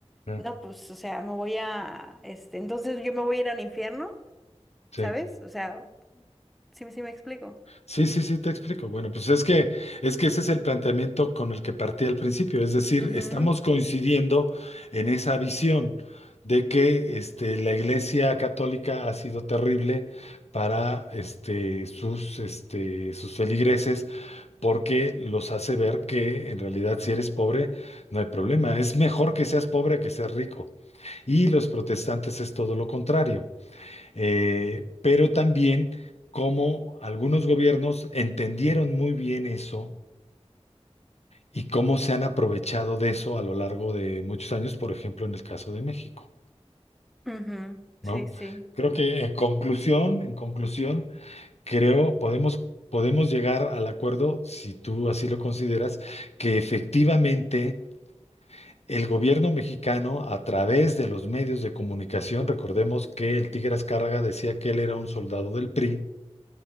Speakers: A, on the left; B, in the centre.
A: ya,
B: No, pues, o sea, me voy a, este, entonces yo me voy a ir al infierno,
A: sí.
B: ¿sabes? O sea, sí, me- sí me explico.
A: Sí, sí, sí, te explico. Bueno, pues es que, es que ese es el planteamiento con el que partí al principio. Es decir,
B: Ujú,
A: estamos coincidiendo en esa visión de que este, la Iglesia Católica ha sido terrible para este, sus, este, sus feligreses porque los hace ver que en realidad si eres pobre no hay problema, es mejor que seas pobre que seas rico. Y los protestantes es todo lo contrario. Eh, pero también cómo algunos gobiernos entendieron muy bien eso y cómo se han aprovechado de eso a lo largo de muchos años, por ejemplo, en el caso de México,
B: ujú, sí,
A: ¿no?
B: sí.
A: Creo que en conclusión, en conclusión, Creo, podemos, podemos llegar al acuerdo, si tú así lo consideras, que efectivamente el gobierno mexicano, a través de los medios de comunicación, recordemos que el Tigre Azcárraga decía que él era un soldado del PRI,